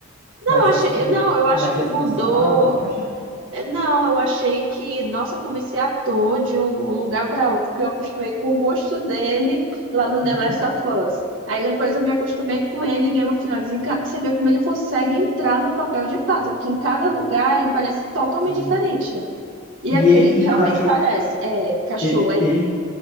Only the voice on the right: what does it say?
Não,
eu achei,
não, eu acho
que
mudou.
É, Não, eu achei que, nossa, eu comecei a ator de um lugar para outro, porque eu acostumei com o rosto dele lá no The
Last of Us. Aí depois eu me acostumei com ele em Game of Thrones. Em ca- Você vê como ele consegue entrar no papel de fato, porque em cada lugar ele parece totalmente
diferente. E
aquele
realmente parece, é, cachorro,
é,